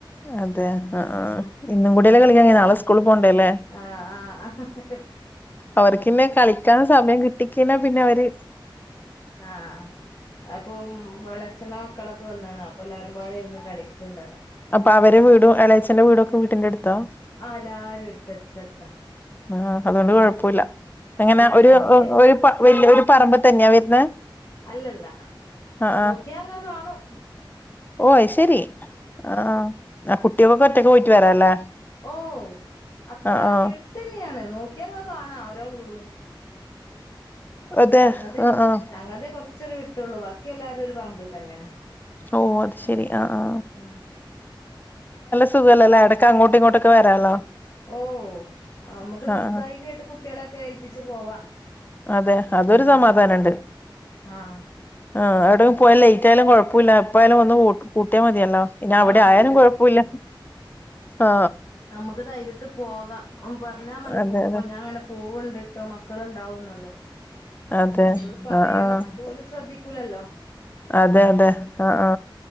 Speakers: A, on the left; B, on the left.
A: അതെ അ ആ
B: ആഹ്
A: ഇന്നും കൂടെല്ലെ കളി <unintelligible> നാളെ സ്കൂള് പോണ്ടെല്ലെ
B: ആഹ് ആഹ്
A: അവർക്കിന്നെ കളിക്കാനു സമയം കി പടിക്കിണ പിന്നെവര്
B: ആ അപ്പം വെളെ- ച്ചന്റെമക്കളൊക്കെ വന്നാണ് അപ്പൊ എല്ലാവരുംപാ ടിര്ന്ന് കളിക്ക്ണ്ടാടെ
A: അപ്പൊ അവരെ വീടും എളേച്ചെന്റെ വീടൊക്കെ വീട്ടിന്റ ട്ത്താ
B: ആ എല്ലാരും എട്ത്തട്ത്തട്ത്താ
A: ആ അതുകൊണ്ട് കൊഴപ്പൂല്ല അങ്ങനെ ഒരു
B: ഫാമിലിയാ
A: ഒരു പ വല്യ ഒരു പറമ്പിതന്നാ വെര്ന്നെ
B: അല്ലല്ല
A: ആ
B: നോക്കിയാങ്ങ്
A: ആ
B: കാണും ഉം
A: ഓ അഅ് ശെരി ആ ആ കുട്ട്യേക്കൊക്കെ ഒറ്റക്ക് പോയിട്ട് വരാല്ലേ
B: ഓ അത്ര
A: ആഹ് ആഹ്
B: എട്ത്തെന്യേണ് നോക്ക്യാങ്ങ് കാണാ ഓരോ വീടും
A: അതെ
B: ഞങ്ങൾത്
A: ആഹ് ആഹ്
B: ഞങ്ങൾക് കൊർ ചൊരു വിട്ടൊള്ളൂ ബാക്കി എല്ലാവാരും ഒരു പറമ്പ് തന്നെ
A: ഓ അത് ശെരി ആ ആ
B: ഉം
A: സുഖല്ലല്ലേ എടക്ക് അങ്ങോട്ടും ഇങ്ങോട്ടൊക്കെ വരാലോ
B: ഓ നമക്ക്
A: ആഹ് ആഹ്
B: ധൈര്യയിട്ട് കുട്ട്യേളെക്കെ ഏൽപ്പിച്ച് പോവാ
A: അതെ അതൊരു സമാധാനണ്ട്
B: ആഹ്
A: ആ അവിടെ പോയാ ലെയ്റ്റായാലും കൊഴപ്പൂല്ല എപ്പയാലും വന്ന് കൂ കൂട്ട്യാ മതിയ ല്ലോ പിന്നെ അവിടെ
B: ആഹ് അതുണ്ട്
A: ആയാലും കൊഴപ്പൂല്ല ആ
B: ക്ക് ധൈര്യത്ത്പോകാം ഉം പർഞ്ഞാ മതി
A: അതെ
B: പോവുമ്പം
A: അതെ
B: ഞാ ങ്ങനെ പോവ്ണ്ട് ട്ടോ മക്കള് ഉണ്ടാവുന്നുള്ളത്.
A: അതെ
B: അവളോട് പറയണം
A: ആഹ് ആഹ്
B: മറ്റ് ഓള് ശ്രദ്ധിക്ക ക്കൂല്ലല്ലോ?
A: അതെ അതെ ആ ആ